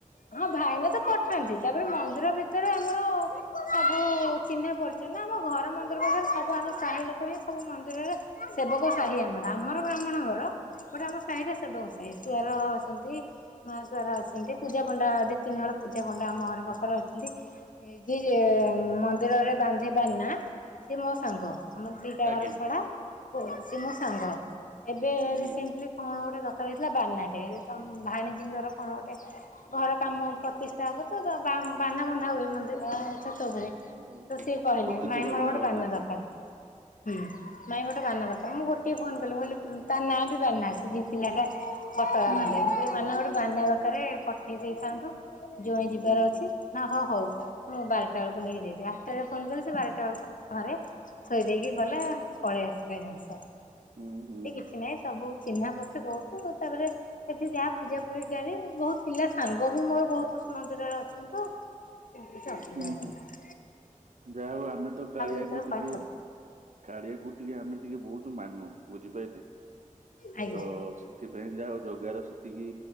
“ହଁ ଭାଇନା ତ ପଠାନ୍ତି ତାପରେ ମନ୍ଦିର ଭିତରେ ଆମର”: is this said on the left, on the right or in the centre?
Left